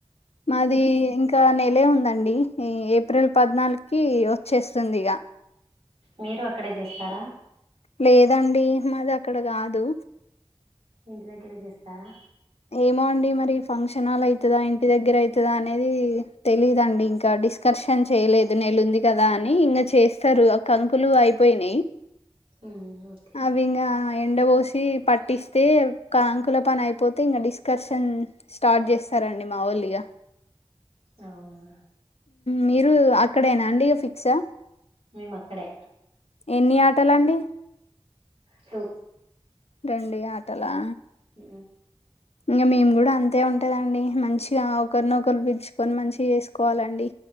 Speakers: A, on the left; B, on the right.
A: మాది ఇంకా నెలే ఉందండి ఈ ఏప్రిల్ పద్నాలుగుకి వచ్చేస్తుంది ఇగ
B: మీరు అక్కడే జేస్తారా
A: లేదండి మాది అక్కడ కాదు
B: ఇంటి దగ్గరే చేస్తారా
A: ఏమో అండి మరి ఫంక్షన్ హాల్ అయితదా ఇంటి దగ్గర అయితదా అనేది తెలీదండి ఇంకా డిస్క ర్షన్ చేయలేదు నెలుంది కదా అని ఇంగా చేస్తారు ఆ కంకులు అయిపోయినై
B: ఉమ్ ఓకే
A: అవి ఇంకా ఎండ పోసి పట్టిస్తే కాంకుల పని అయి పోతే ఇంగ డిస్కషన్ స్టార్ట్ చేస్తారండి మావోళ్ళు ఇగ
B: అవునా
A: మీరు అక్కడేనా అండి ఇగ ఫిక్సా
B: మేము అక్కడే
A: ఎన్ని ఆటలండి
B: టు
A: రండి ఆటోలా
B: అ
A: ఇంగ మేము కూడా అంతే ఉంటదండి మంచిగా ఒకరినొకరు పిలుచుకొని మంచిగా చేసుకోవాలండి